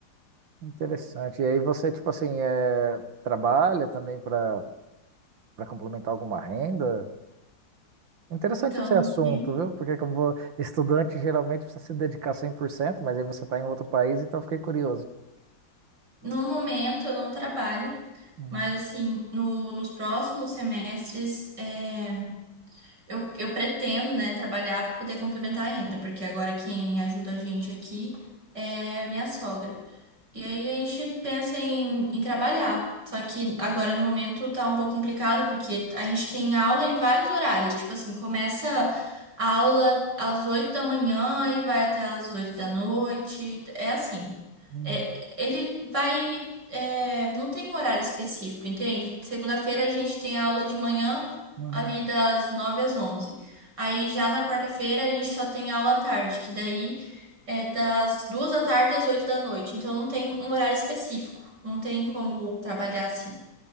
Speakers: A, on the right; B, on the right.
A: interessante. E aí você, tipo assim, é, trabalha também para para complementar alguma renda? Interessante
B: Então,
A: esse assunto,
B: né,
A: viu? Porque como estudante geralmente precisa se dedicar cem por cento mas aí você está em outro país, então eu fiquei curioso.
B: no momento eu não trabalho,
A: Hum,
B: mas assim, no- nos próximos semestres é, Eu, eu pretendo, né, trabalhar para poder complementar a renda, porque agora quem ajuda a gente aqui é a minha sogra. E aí a gente pensa em, em trabalhar. Só que agora no momento tá um pouco complicado, porque a gente tem aula em vários horários. Tipo assim, começa a aula às 8 da manhã e vai até às 8 da noite. É assim.
A: hum,
B: É, ele vai. é, não tem um horário específico, entende? Segunda-feira a gente tem aula de manhã,
A: hum.
B: ali
A: hum.
B: das 9 às onze Aí já na quarta-feira a gente só tem aula à tarde, que daí. É das duas da tarde às oito da noite, então não tem um horário específico, não tem como trabalhar assim.